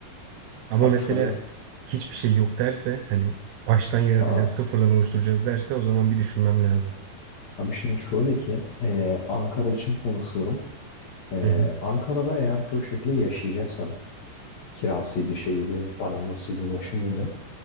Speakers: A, on the right; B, on the left.
A: Ama
B: Abi
A: mesela
B: şöyle,
A: hiçbir şey yok derse hani baştan yaratacağız,
B: ha,
A: sıfırdan oluşturacağız derse o zaman bir düşünmem lazım.
B: abi şimdi şöyle ki e, Ankara için konuşuyorum. E,
A: Hı hı.
B: Ankara'da eğer köy şekli yaşayacaksan kirasıydı şeydi, paran nasılydı, ulaşımıydı.